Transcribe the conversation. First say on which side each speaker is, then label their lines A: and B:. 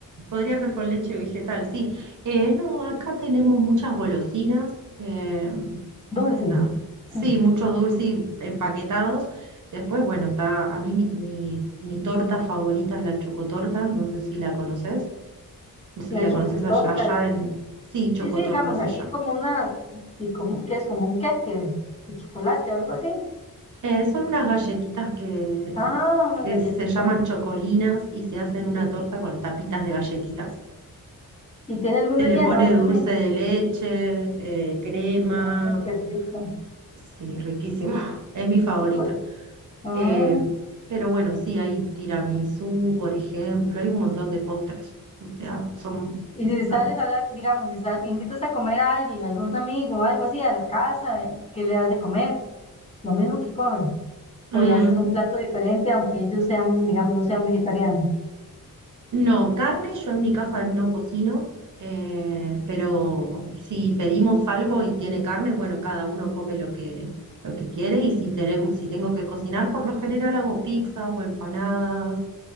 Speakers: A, on the right; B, on the left.
A: podría ser con leche vegetal, sí. Eh, no, acá tenemos muchas golosinas, eh,
B: Dulces.
A: la- sí,
B: <clears throat>
A: muchos dulces empaquetados. Después, bueno, está, a mí mi, mi- mi torta favorita es la chocotorta, no sé si la conoces, si
B: La
A: la
B: chocotorta.
A: conoces allá, allá en, sí, chocotorta
B: Sí, sí, digamos,
A: se
B: aquí
A: llama.
B: como una, y como, que es como un queque de chocolate o algo así.
A: Eh, son unas galletitas que,
B: Ah, una
A: que
B: galletita.
A: se llaman chocolinas y se hacen una torta con tapitas de galletitas.
B: ¿Y tiene algún
A: Se
B: relleno
A: le pone
B: o algo
A: dulce
B: así?
A: de leche, eh, crema.
B: Ah, qué rico.
A: Sí, riquísimo. <laughs> Es mi favorita.
B: Y, cu- ah,
A: Eh, pero bueno, sí, hay tiramisú, por ejemplo. Hay un montón de postres. O sea, son...
B: y si sales
A: ah,
B: a la- digamos, si sal- invitas a comer a alguien, algún amigo o algo así a la casa, eh, ¿qué le das de comer? Lo mismo que comen.
A: mm.
B: O le haces un plato diferente, aunque ellos sean, digamos, no sean vegetarianos.
A: No, carne yo en mi casa no cocino, eh, pero si pedimos algo y tiene carne, bueno, cada uno come lo que, lo que quiere y si tenemos, si tengo que cocinar, por lo general hago pizza o empanadas,